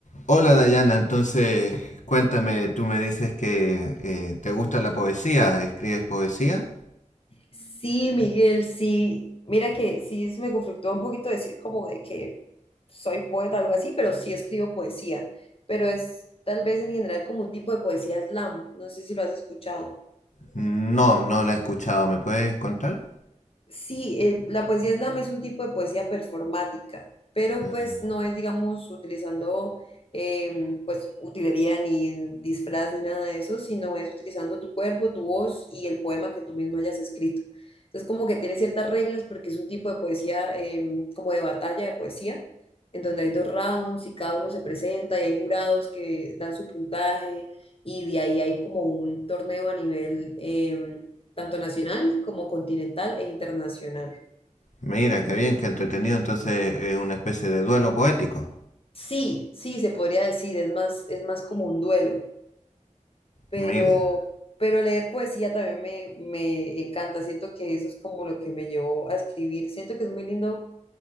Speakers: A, on the left; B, on the left.
A: Hola Dayana, entonces cuéntame, tú me dices que eh, te gusta la poesía, ¿escribes poesía?
B: Sí, Miguel, sí. Mira que sí se me conflictó un poquito decir como de que soy poeta o algo así, pero sí escribo poesía. Pero es tal vez en general como un tipo de poesía slam. No sé si lo has escuchado.
A: No, no la he escuchado, ¿me puedes contar?
B: Sí, eh, la poesía slam es un tipo de poesía performática, pero
A: Ah,
B: pues no es, digamos, utilizando em, pues utilería ni disfraz ni nada de eso, sino es utilizando tu cuerpo, tu voz y el poema que tú mismo hayas escrito. Entonces como que tiene ciertas reglas porque es un tipo de poesía em, como de batalla de poesía, en donde hay dos rounds y cada uno se presenta y hay jurados que dan su puntaje y de ahí hay como un torneo a nivel mundial tanto nacional como continental e internacional.
A: mira, qué bien, qué entretenido, entonces es una especie de duelo poético.
B: Sí, sí, se podría decir, es más, es más como un duelo, pero,
A: Mira,
B: pero leer poesía también me, me encanta, siento que eso es como lo que me llevó a escribir, siento que es muy lindo